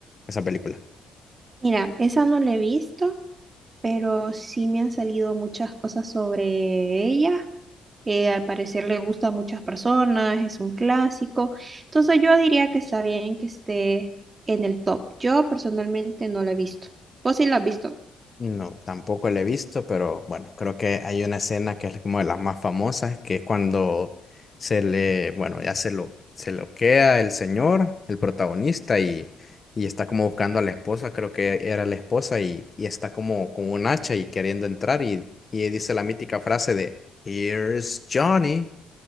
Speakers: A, on the left; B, on the right.
A: esa película.
B: Mira, esa no la he visto, pero sí me han salido muchas cosas sobre ella. Eh, al parecer le gusta a muchas personas, es un clásico. Entonces yo diría que está bien que esté en el top. Yo personalmente no la he visto. ¿Vos sí la has visto?
A: No, tampoco la he visto, pero bueno, creo que hay una escena que es como de las más famosas, que es cuando se le, bueno, ya se lo, se loquea el señor, el protagonista, y, y está como buscando a la esposa, creo que era la esposa, y, y está como con un hacha y queriendo entrar, y, y dice la mítica frase de Here's Johnny.